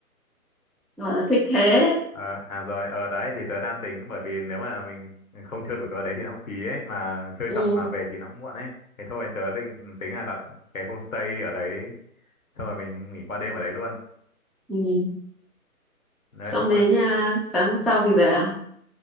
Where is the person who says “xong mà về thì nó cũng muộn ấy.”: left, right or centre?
Left